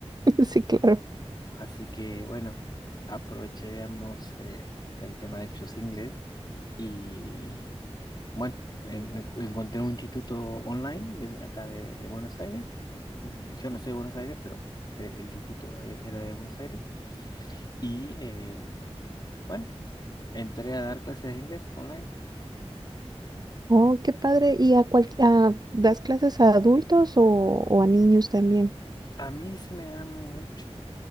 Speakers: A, on the right; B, on the left.
A: <laughs> Sí, claro.
B: Así que, bueno, aprovechemos eh, el tema de que yo sé inglés y, bueno, en- en- encontré un instituto online de acá de, de Buenos Aires. Y yo no soy de Buenos Aires, pero el, el instituto eh, era de Buenos Aires. Y, eh, bueno, entré a dar clases de inglés online.
A: Oh, qué padre. ¿Y a cual, a- das clases a adultos o, o a niños también?
B: A mí se me da mucho